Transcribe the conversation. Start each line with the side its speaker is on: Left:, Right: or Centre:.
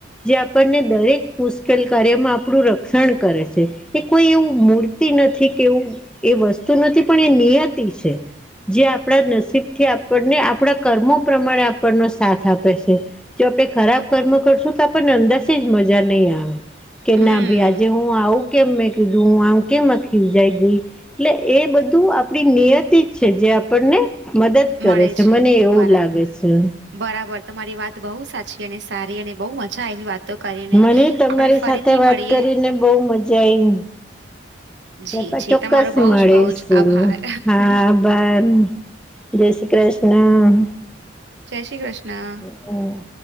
Centre: જે આપણને દરેક મુશ્કેલ કાર્યમાં આપણું રક્ષણ કરે છે. એ કોઈ એવું મૂર્તિ નથી કે એવું એ વસ્તુ નથી પણ એ નિયતિ છે. જે આપણા નસીબ થી આપણને આપણા કર્મો પ્રમાણે આપણનો સાથ આપે છે. જો આપણે ખરાબ કર્મ કરશું તો આપણને અંદર જ મજા નહીં આવે. કે
Right: હમ્મ
Centre: ના ભઈ આજે હું આવુ કેમ મેં કીધૂ હું આમ કેમ ખીજાઇ ધી. એટલે એ બધું આપડી નિયતે જ છે જે આપણને મદદ કરે
Right: મળે
Centre: છે મને એવું
Right: બરાબર.
Centre: લાગે છે.
Right: બરાબર તમારી વાત બહુ સાચી અને સારી અને બહુ મજા આવી વાતો કરીને.
Centre: મને તમારી
Right: આપણે ફરીથી
Centre: સાથે વાત
Right: મળીએ
Centre: કરીને બહુ મજા આઈવી.
Right: જી
Centre: આપડે
Right: જી
Centre: ચોક્કસ
Right: તમારો બહુ
Centre: મળીશું,
Right: જ બહુ જ આભાર
Centre: હા. બામ જય શ્રી કૃષ્ણ.
Right: જય શ્રી કૃષ્ણ.
Centre: હમ્મ.